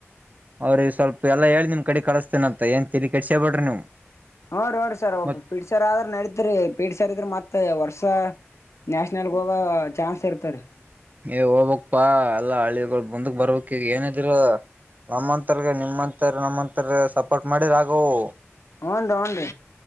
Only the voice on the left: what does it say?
ಹುರಿ ಸರ್ ಹುರಿ ಸರ್ ಒಬ್ಬ
ಪಿಟಿ ಸರ್ ಆದ್ರ ನಡೀತ್ರಿ ಟಿ ಸರ್ ಇದ್ರ ಮತ್ತತ್ ವರ್ಷ. ಸ ನ್ಯಾಷನಲ್ ಗೋವಾ ಚಾನ್ಸ್ ಇರ್ತದರೀ.
ಹ್ನ್ ಹ್ನ್ೀ.